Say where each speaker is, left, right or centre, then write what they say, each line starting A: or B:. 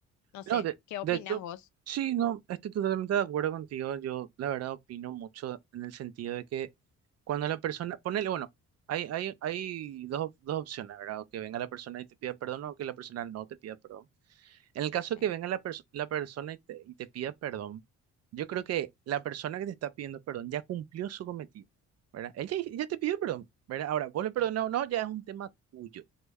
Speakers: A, on the left; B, on the right.
A: No
B: No,
A: sé,
B: de,
A: ¿qué
B: de
A: opinas
B: hecho,
A: vos?
B: sí, no, estoy totalmente de acuerdo contigo. Yo, la verdad, opino mucho en el sentido de que cuando la persona, ponele, bueno, hay, hay, hay dos, dos opciones, ¿verdad? O que venga la persona y te pida perdón o que la persona no te pida perdón. En el caso
A: Sí,
B: que venga la, perso- la persona y te, y te pida perdón, yo creo que la persona que te está pidiendo perdón ya cumplió su cometido, ¿verdad? Él ya, ya te pidió perdón, ¿verdad? Ahora, vos le perdonás
A: sí,
B: o no, ya es un tema tuyo,